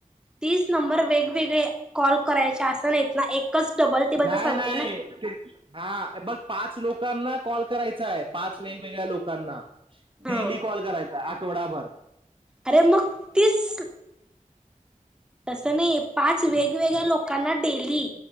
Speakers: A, in the centre; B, on the right (about 40°).
A: तीच नंबर वेगवेगळे कॉल करायचे असं नाहीत ना एकच डबल टेबलचा
B: नाही
A: चालतोय
B: नाही
A: ना
B: ते हा बघ पाच लोकांना - कॉल करायचाय पाच वेगवेगळ्या लोकांना
A: हा
B: डेली कॉल करायचा टोडाभर
A: अरे मग तीस <inaudible> तस नाही पाच वेगवेगळ्या लोकांना डेली